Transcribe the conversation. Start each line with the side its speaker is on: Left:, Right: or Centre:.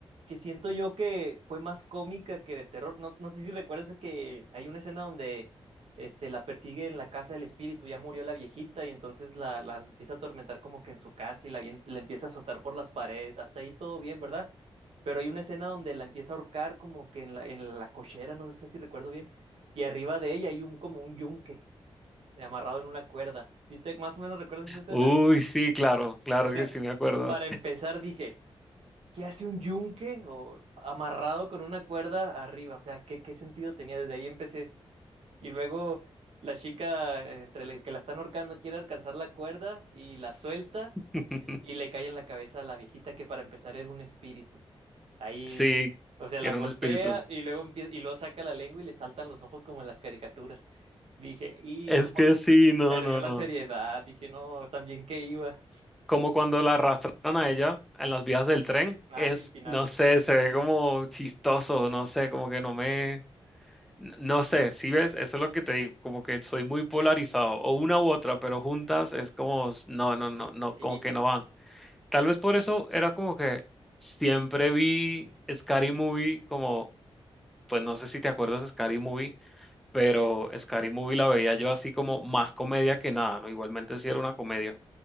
Right: que siento yo que fue más cómica que de terror. No, no sé si recuerdas que hay una escena donde este, la persigue en la casa del espíritu, ya murió la viejita y entonces la, la empieza a atormentar como que en su casa y la, vien- la empieza a azotar por las paredes. Hasta ahí todo bien, ¿verdad? Pero hay una escena donde la empieza a ahorcar como que en la, en la cochera, no sé si recuerdo bien, y arriba de ella hay un como un yunque amarrado en una cuerda. ¿Sí te, más o menos recuerdas esa escena?
Centre: Uy, sí, claro, claro
Right: O sea,
Centre: que sí me acuerdo.
Right: para empezar dije, ¿qué hace un yunque o amarrado con una cuerda arriba? O sea, ¿qué, qué sentido tenía? Desde ahí empecé. Y luego la chica, eh, entre el que la están ahorcando, quiere alcanzar la cuerda y la suelta
Centre: <laughs>
Right: y le cae en la cabeza a la viejita que para empezar era un espíritu. Ahí,
Centre: Sí,
Right: o sea, la
Centre: era
Right: golpea
Centre: un espíritu.
Right: y luego empie- y luego saca la lengua y le saltan los ojos como en las caricaturas. Dije, y
Centre: Es
Right: como
Centre: que
Right: que
Centre: sí, no,
Right: perdió
Centre: no,
Right: la
Centre: no.
Right: seriedad, dije, no, también qué iba.
Centre: como cuando la arrastran a ella en las vías del tren,
Right: Ah,
Centre: es,
Right: sí, el final.
Centre: no sé, se ve como chistoso, no sé, como que no me, no sé, si ves, eso es lo que te digo, como que soy muy polarizado, o una u otra, pero juntas es como, no, no, no, no,
Right: Y
Centre: como que no van. Tal vez por eso era como que siempre vi Scary Movie como, pues no sé si te acuerdas de Scary Movie, pero Scary Movie la veía yo así como más comedia que nada, ¿no? Igualmente sí era una comedia.